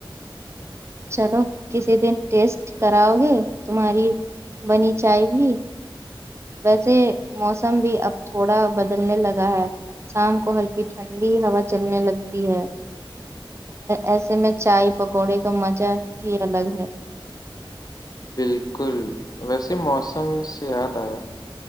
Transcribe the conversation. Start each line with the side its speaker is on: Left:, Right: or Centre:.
Right: چلو کسی دن ٹیسٹ کراؤ گے تمہاری بنی چائے بھی ویسے موسم بھی اب تھوڑا بدلنے لگا ہے شام کو ہلکی ٹھنڈی ہوا چلنے لگتی ہے ایسے میں چائے پکوڑے کا مزہ ہی الگ ہے
Left: بالکل ویسے موسم سے یاد آیا